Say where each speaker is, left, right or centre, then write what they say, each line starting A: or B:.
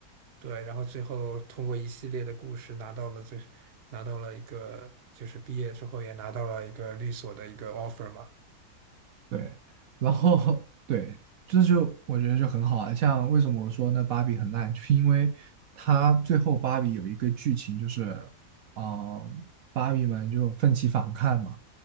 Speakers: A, on the right (about 45°); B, on the right (about 65°).
A: 对，然后最后通过一系列的故事拿到了最，拿到了一个就是毕业之后也拿到了一个律所的一个 offer 嘛。
B: 对，然后 <laughs> 对，这就我觉得就很好啊。像为什么我说那芭比很烂，就是因为它最后芭比有一个剧情就是，啊、芭比们就奋起反抗嘛，